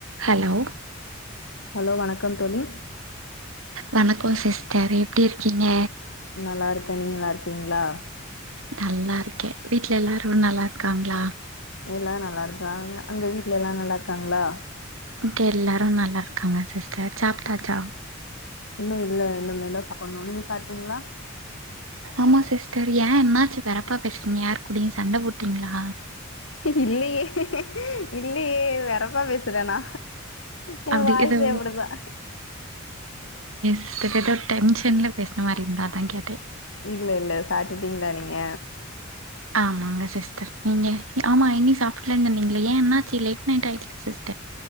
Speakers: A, on the right; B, on the left.
A: hello
B: hello வணக்கம் தோழி
A: வணக்கம் சிஸ்டர் எப்டி இருக்கிங்க
B: நல்லா இருக்கே நீங்க லா இருக்கீங்களா
A: நல்லா இருக்கே வீட்ல எல்லாரு நல்லா இருக்காங்களா
B: எல்லா நல்லா இருக்காங்க அங்க வீட்ல எல்லா நல்லா இருக்காங்களா
A: இங்க எல்லாரு நல்லா இருக்காங்க சிஸ்டர் சாப்டாச்சா
B: இன்னும் இல்ல இன்னுமேதா சாப்புட்னு நீங்க சாப்டீங்ளா
A: ஆமா சிஸ்டர் ஏயா என்னாச்சி வெறப்பா பேசுறீங்க யார் கூடயு சண்ட போட்டீங்களா
B: இல்லையே இல்லையே வெறப்பா பேசுறேனா எயா
A: அப்டி
B: வாய்சே
A: எதோ
B: அப்டிதா
A: கிட்டத்தட்ட டென்ஷன்ல பேசுன மாரி இருந்து அதா கேட்டே
B: இல்ல இல்ல சாப்டுடிங்களா நீங்க
A: ஆமாங்க சிஸ்டர் நீங்க ஆமா இனி சாப்பிட்லன்னு சொன்னிங்களே ஏன் என்னாச்சி லேட் நைட் ஆயிடுச்சு சிஸ்